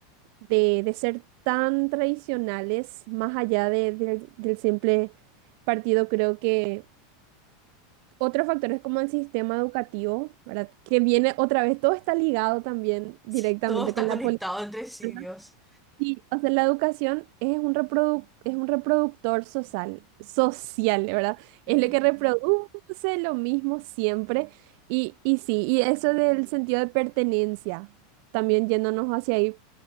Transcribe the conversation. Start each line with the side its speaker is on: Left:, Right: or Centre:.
Right: de, de ser tan tradicionales, más allá de- del del simple partido, creo que... Otro factor es como el sistema educativo, ¿verdad? Que viene otra vez, todo está ligado también directamente
Centre: Sí, todo está
Right: con
Centre: conectado
Right: la política.
Centre: entre sí,
Right: ¿verdad?
Centre: Dios.
Right: Sí, o sea, la educación es un reprodu- es un reproductor social, social, ¿verdad?
Centre: <laughs>
Right: Es
Centre: Ujú,
Right: lo que reproduce lo mismo siempre. Y, y sí, y eso del sentido de pertenencia, también yéndonos hacia ahí,